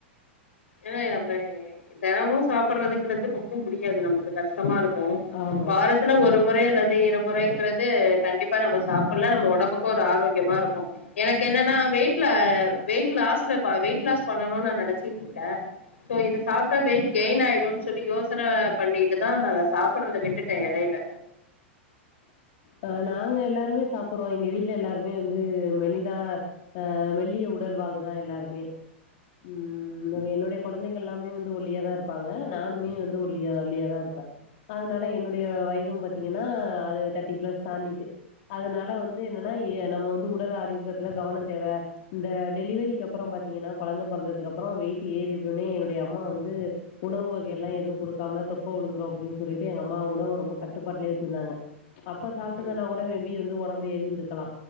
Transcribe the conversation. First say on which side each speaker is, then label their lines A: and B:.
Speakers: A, on the left (about 85°); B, on the left (about 55°).
A: ஏன்னா நம்மே தினமும் சாப்பிடுறதுங்கிறது
B: நாம சாப்பிடுறது
A: ரொம்ப முடியாது நமக்கு கஷ்டமா இருக்கும்
B: ஆமா
A: வாரத்துல ஒரு முறை அல்லது இரு முறை ங்கிறது கண்டிப்பா நம்ம சாப்புல்லா நம்ம ஒடம்புக்கு ஒரு ஆரோக்கியமா இருக்கு எனக்கு என்னன்னா வெயிட்ல அ வெயிட் லாஸ்லபா வெயிட் லாஸ் பண்ணுன்னு நா நெனச்சுட் ருக்கே சோ இது சாப்ட்ட வெயிட் கெயின் ஆயிடுன் சொல்லி யோசன பண்ணிட்டுதா நா சாப்புட்றத விட்டுட்டே எடையில
B: ஆ நாங்க எல்லாருமே சாப்புடுறோ எங்க வீட்ல எல்லாருமே வந்து மெலிதா அ மெல்லிய உடல்வாகு தா எல்லாருமே ம் என்னுடைய கொழந்தைகள் எல்லாமே வந் வந்து ஒல்லியா தா இருப்பாங்க நானுமே வந்து ஒல்லி ஒல்லியா தா இருப்பே அதுனால என்னுடைய வயதும் பாத்தீங்கன்னா அது தர்ட்டி ஃப்ளஸ் தாண்டிட்டு அதுனால வந்து என்னன்னா நம்ம வந்து உடல் ஆரோக்கத்துல கவனோ தேவ இந்த டெலிவரிக்கு அப்பறம் பாத்தீங்கன்னா கொழந்த பொறந்ததுக் அப்பறோ வெயிட்டு ஏறிடுனே என்னுடைய அம்மா வந்து உணவு வகையெல்லா எதுவு குடுக்காம தொப்ப விழுந் உழுந்துரு அப்டினு சொல்லிட்டு எங்க அம்மா உணவ ரொம்ப கட்டுப்பாட்லே வச்சிருந்தாங்க அப்ப சாப்ட்ருந்தேனா
A: ம்
B: கூட மே பி வந்து ஒடம்பு ஏறிந்துருக்கலா